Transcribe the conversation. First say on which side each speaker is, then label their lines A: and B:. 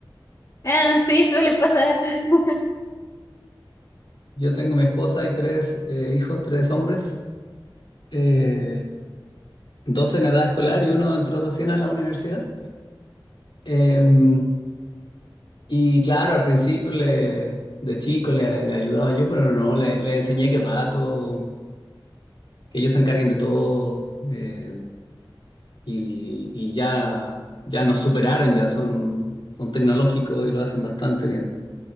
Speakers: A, on the left; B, on the left.
A: Ah, sí, suele pasar, <laughs>
B: Yo tengo mi esposa y tres eh, hijos, tres hombres. Eh, dos en edad escolar y uno entró recién a la universidad. Em, y claro, al principio le, de chico le, le ayudaba yo, pero no, le, le enseñé que rato, que ellos se encarguen de todo. em, y y ya, ya nos superaron, ya son, son tecnológicos y lo hacen bastante bien.